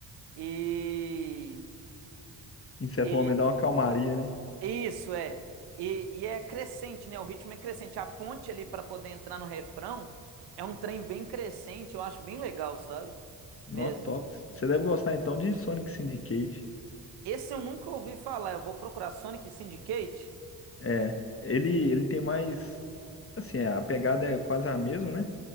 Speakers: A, on the right; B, on the left.
A: E,
B: Em certo
A: e-
B: momento dá uma calmaria, né?
A: isso é. E, e é crescente, né? O ritmo é crescente. A ponte ali para poder entrar no refrão é um trem bem crescente, eu acho bem legal, sabe?
B: Noctops.
A: Mesmo.
B: Você deve gostar então de Sonic Syndicate.
A: Esse eu nunca ouvi falar. Eu vou procurar Sonic Syndicate.
B: É, ele, ele tem mais. Assim, a pegada é quase a mesma, né?